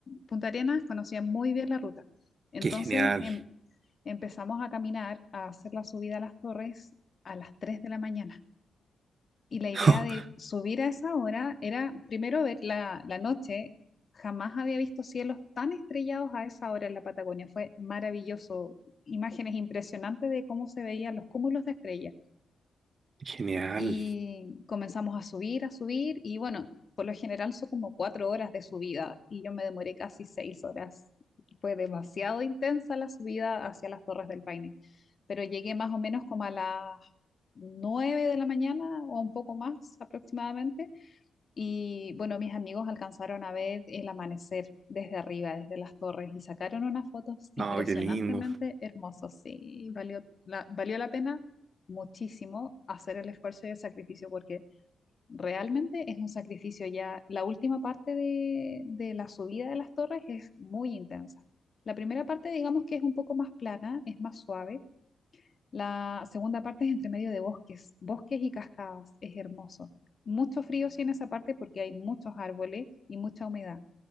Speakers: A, on the left (about 50°); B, on the right (about 50°).
A: Punta Arenas, conocían muy bien la ruta. Entonces
B: Qué genial.
A: em- empezamos a caminar, a hacer la subida a las Torres a las 3 de la mañana. Y la idea
B: <laughs>
A: de subir a esa hora era primero ver la, la noche. Jamás había visto cielos tan estrellados a esa hora en la Patagonia. Fue maravilloso. Imágenes impresionantes de cómo se veían los cúmulos de estrellas
B: Genial.
A: y comenzamos a subir, a subir y bueno, por lo general son como cuatro horas de subida y yo me demoré casi seis horas. Fue demasiado intensa la subida hacia las Torres del Paine, pero llegué más o menos como a las nueve de la mañana o un poco más aproximadamente y bueno, mis amigos alcanzaron a ver el amanecer desde arriba, desde las torres, y sacaron unas fotos
B: No,
A: impresionantemente
B: qué lindo.
A: hermosas. Sí, valió la, valió la pena muchísimo hacer el esfuerzo y el sacrificio, porque realmente es un sacrificio ya. La última parte de, de la subida de las torres es muy intensa. La primera parte, digamos que es un poco más plana, es más suave la segunda parte es entre medio de bosques, bosques y cascadas, es hermoso. Mucho frío sí en esa parte porque hay muchos árboles y mucha humedad,